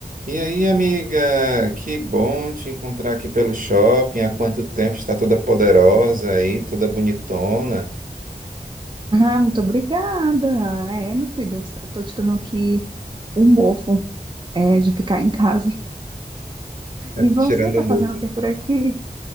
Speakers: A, on the right; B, on the right.
A: E aí, amiga, que bom te encontrar aqui pelo shopping. Há quanto tempo está toda poderosa aí, toda bonitona,
B: Ah, muito obrigada. É, meu filho, eu tô tirando aqui o mofo, é, de ficar em casa. E você
A: tirando
B: tá
A: o muro.
B: fazendo o que por aqui?